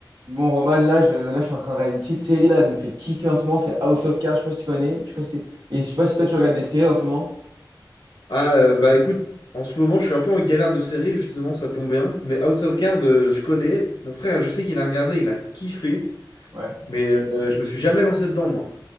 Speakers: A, on the right (about 70°); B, on the left (about 70°).
A: Bon, Roman, là je, là, je suis en train de regarder une petite série, là, elle me fait kiffer en ce moment, c'est House of Cards, je sais pas si tu connais, je sais pas si... et je sais pas si toi tu regardes des séries en ce moment.
B: Ah, euh, bah écoute, en ce moment, je suis un peu en galère de série, justement, ça tombe bien. Mais House of Cards, euh, je connais. Mon frère, je sais qu'il a regardé, il a kiffé.
A: Ouais.
B: Mais euh, euh, je me suis jamais lancé dedans, moi.